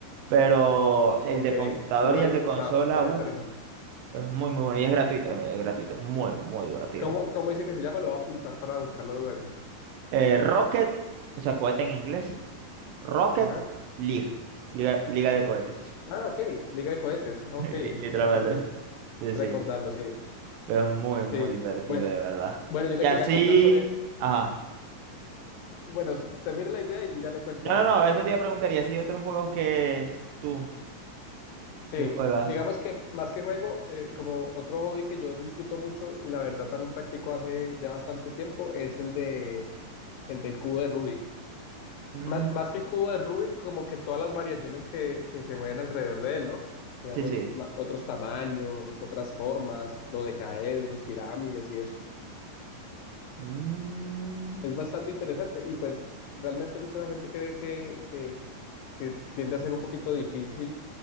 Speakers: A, on the right (about 80°); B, on the left (about 80°).
A: Pero el
B: ok,
A: de computadora
B: no lo
A: y
B: había
A: el
B: escuchado,
A: de consola,
B: suena
A: uff,
B: interesante.
A: es muy, muy bueno. Y es gratuito, es gratuito. Es muy, muy divertido.
B: ¿Cómo, cómo dice que se llama? Lo voy a apuntar para buscarlo luego.
A: Eh, Rocket, o sea, cohete en inglés. Rocket
B: Ajá.
A: League. Liga, Liga de cohetes.
B: Ah, ok, Liga de Cohetes,
A: <laughs>
B: ah,
A: li-
B: ok,
A: Literalmente.
B: está fácil
A: Sí,
B: recordarlo,
A: sí.
B: sí,
A: Pero es muy,
B: sí.
A: muy divertido,
B: Bueno,
A: de verdad.
B: bueno, yo le
A: Y así.
B: quería contar sobre,
A: Ajá.
B: bueno, termine la idea y yo ya le cuento
A: No,
B: algo.
A: no, no, eso te iba a preguntar. Y así otros juegos que tú,
B: Sí,
A: que juegas.
B: digamos que más que juego, eh, como otro hobby que yo disfruto mucho y la verdad también practico hace ya bastante tiempo, es el de, el del cubo de Rubik.
A: Mm,
B: Más, más que el cubo de Rubik, como que todas las variaciones que, que se mueven alrededor de él, ¿no? Digamos,
A: Sí, sí.
B: ma- otros tamaños, otras formas, lo de caedros, pirámides y eso.
A: Mm.
B: Es bastante interesante y pues realmente mucha gente cree que, que, que tiende a ser un poquito difícil